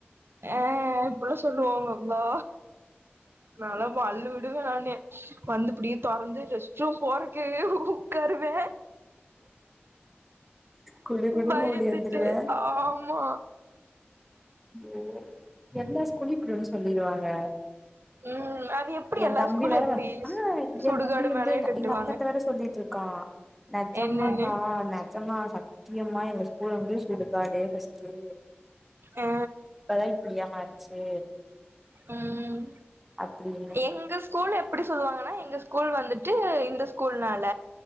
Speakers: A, on the right (about 65°); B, in the centre.
A: அ அப்டில்லா சொல்லுவாங்ககா நாலா பல்லு விடுவ நானு வந்து இப்டியே தொறந்து ரெஸ்ட் சூ ஃபோர்க்கு உக்காருவே
B: குடு குடுன்னு
A: பயந்துட்டு
B: ஓடி வந்துருவே
A: ஆமா
B: ஓ எல்லா ஸ்கூல்லயு இப்டி ஒன்னு சொல்லிருவாங்க
A: ம் அது எப்டி
B: எந்
A: எல்லா
B: தம்பி
A: ஸ்கூல்ல
B: வேற
A: எப்டி
B: வந் ஆ
A: சுடுகாடு
B: எந் தம்பி வந்து
A: மாரியே
B: எங்க
A: கட்டுவாங்க
B: எங்க அத்தட்ட வேற சொல்லிட்ருக்கா நெஜம்மாக்கா
A: என்னன்னு
B: நெஜமா சத்தியமா எங்க ஸ்கூல் வந்து சுடுகாடு ஃபஸ்ட்டு
A: ஆ
B: இப்பதா யா மாறிச்சு
A: ம்
B: அப்டின்னு
A: எங்க ஸ்கூல் எப் ப்டி சொல்லுவாங்கன்னா எங்க ஸ்கூல் வந்துட்டு இந்த ஸ்கூல்னால